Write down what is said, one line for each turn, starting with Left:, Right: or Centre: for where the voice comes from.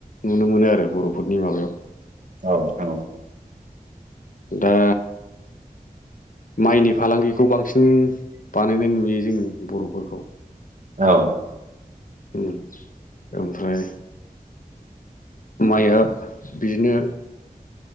Left: नुनो मोनो आरो बर'फोरनि माबायाव
Right: औ औ
Left: दा माइनि फालांगिखौ बांसिन बानायनाय नुयो जों बर'फोरखौ
Right: औ
Left: ओ ओमफ्राय माइया बिदिनो